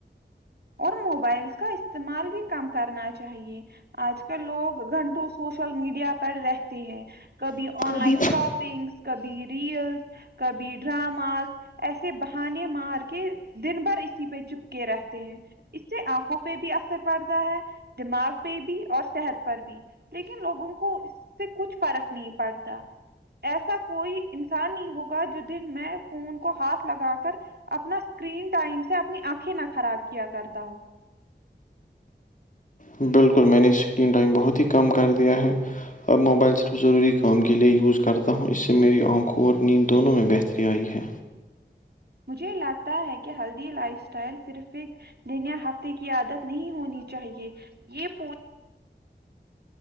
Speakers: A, on the right; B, on the left.
A: اور موبائلس کا استعمال بھی کم کرنا چاہیے آج کل لوگ گھنٹوں سوشل میڈیا پر رہتے ہیں کبھی آن لائن
B: بھی
A: شاپ تھنگس کبھی ریلس کبھی ڈراماز ایسے بہانے مار کے دن بھر اسی پہ چپک رہتے ہیں اس سے آنکھوں پہ بھی اثر پڑتا ہے دماغ پہ بھی اور صحت پر بھی لیکن لوگوں کو اس سے کچھ فرق نہیں پڑتا ایسا کوئی انسان نہیں ہوگا جو دن میں فون کو ہاتھ لگا کر اپنا اسکرین ٹائم سے اپنی آنکھیں نہ خراب کیا کرتا ہوں
B: بالکل میں نے اسکرین ٹائم بہت ہی کم کر دیا ہے اب موبائل صرف ضروری کام کے لیے یوز کرتا ہوں اس سے میری آنکھوں اور نیند دونوں میں بہتری آئی ہے
A: مجھے لگتا ہے کہ ہلدی لائف اسٹائل صرف ایک دنیا ہفتے کی عادت نہیں ہونی چاہیے یہ پ